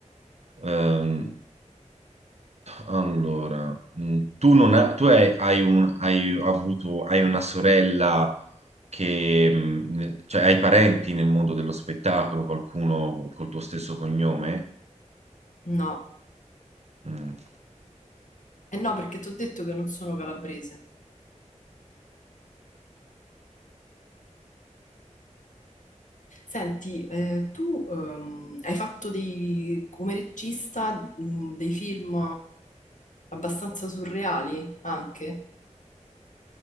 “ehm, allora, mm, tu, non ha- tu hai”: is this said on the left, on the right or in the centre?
Right